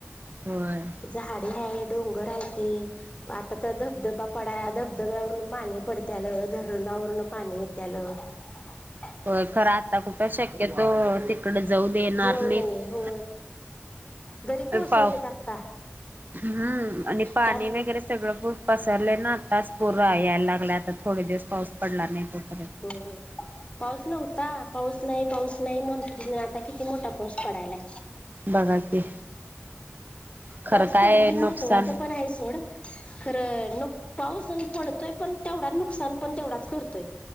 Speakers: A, on the right; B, on the left.
A: होय.
B: झा झाडी है <unintelligible> <unintelligible> डोंगर राहते आता तर धबधबा पडा धबधब्यावरून पाणी पडत्यालं धरण <unintelligible> <unintelligible> <inaudible> नवरून पाणी येत्याल <unintelligible>
A: हो खरं आता कुठं शक्यतो <unintelligible> देणार
B: जाऊ
A: नाहीत
B: नये हो घरी कोसळतेत
A: पा
B: आत्ता <unintelligible> <inaudible>
A: हम्म आणि पाणी
B: त्यामुळं
A: वगैरे सगळं पसरले ना तास पूर यायला लागला आता थोडे दिवस पाऊस पडला नाही प <unintelligible>
B: होय पाऊस नव्हता पाऊस नाही, पाऊस नाही, म्हणतो ति आता किती मोठा पाऊस पडायलाय.
A: बाघा की, खरं
B: पाऊस
A: काय
B: पडू दे,
A: नुकसान
B: महत्त्वाचं पण आहे सोड खर, पाऊस पडतोय पण तेवढा, नुकसान पण तेवढाच करतोय.